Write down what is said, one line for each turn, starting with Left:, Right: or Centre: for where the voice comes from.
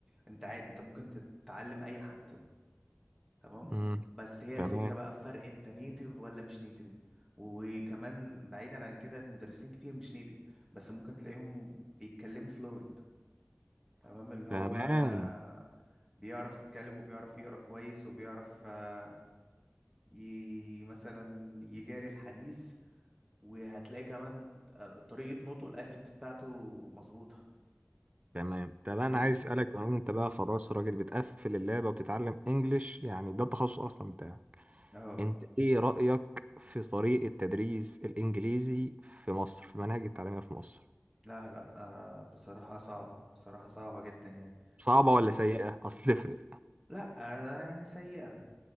Centre: انت عادي انت ممكن تتعلم اي حد تمام
Right: امم
Centre: بس هي
Right: تمام
Centre: الفكرة بقى في فرق انت نيتف ولا مش نيتف وكمان بعيدا عن كده مدرسين كتير مش نيتف بس ممكن تلاقيهم بيتكلموا فلوينت تمام اللي هو
Right: تمام
Centre: انا بيعرف يتكلم وبيعرف يقرا كويس وبيعرف آه، ي... مثلا يجاري الحديث وهتلاقي كمان آه، طريقة نطقه الاكسنت بتاعته مظبوطة
Right: تمام طب انا
Centre: فاهمني
Right: عايز اسالك بما إن انت بقى خلاص راجل بتقفل اللعبه وبتتعلم انجليش يعني ده التخصص اصلا بتاعك
Centre: اه
Right: انت ايه رأيك في طريقة تدريس الانجليزي في مصر في مناهج التعليمية في مصر
Centre: لا لا آه بصراحة صعبة بصراحة صعبة جدا يعني
Right: صعبة
Centre: يعني
Right: ولا سيئة اصل تفرق
Centre: لا آه، يعني سيئة